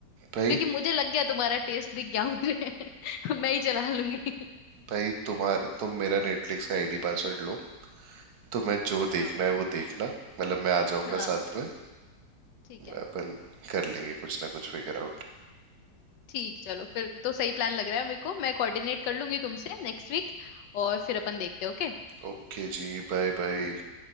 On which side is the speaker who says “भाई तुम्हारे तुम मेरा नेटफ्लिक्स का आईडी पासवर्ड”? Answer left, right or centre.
Right